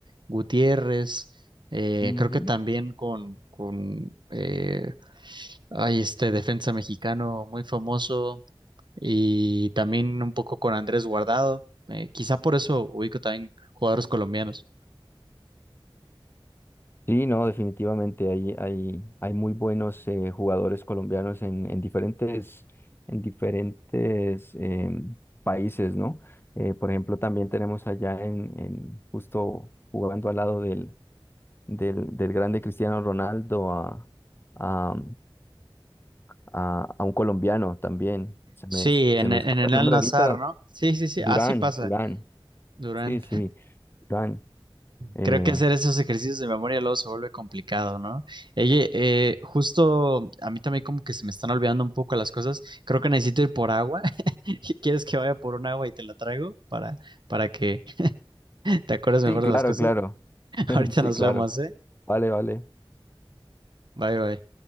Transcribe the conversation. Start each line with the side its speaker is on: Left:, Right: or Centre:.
Right: Gutiérrez, eh,
Left: Ujú.
Right: creo que también con, con eh, ay, este defensa mexicano muy famoso y también un poco con Andrés Guardado. Eh, quizá por eso ubico también jugadores colombianos.
Left: Sí, no, definitivamente hay, hay, hay muy buenos eh, jugadores colombianos en, en diferentes, en diferentes em, países, ¿no? Eh, por ejemplo, también tenemos allá en, en justo jugando al lado del, del, del grande Cristiano Ronaldo a, a, a- a un colombiano también. Se me,
Right: Sí,
Left: se
Right: en,
Left: me
Right: en
Left: escapa
Right: el
Left: el nombre
Right: Al-Nassr,
Left: ahorita.
Right: ¿no? Sí, sí, sí,
Left: Durán,
Right: así pasa,
Left: Durán.
Right: Durán.
Left: Sí, sí, Durán. Eh,
Right: Creo que hacer esos ejercicios de memoria luego se vuelve complicado, ¿no? Oye, eh, justo a mí también como que se me están olvidando un poco las cosas. Creo que necesito ir por agua. <laughs> ¿Quieres que vaya por un agua y te la traigo para, para que <laughs> te acuerdes mejor
Left: sí, claro,
Right: de las cosas?
Left: claro.
Right: <laughs>
Left: <laughs>
Right: Ahorita
Left: Sí,
Right: nos
Left: claro.
Right: vemos, ¿eh?
Left: Vale, vale.
Right: Bye, bye.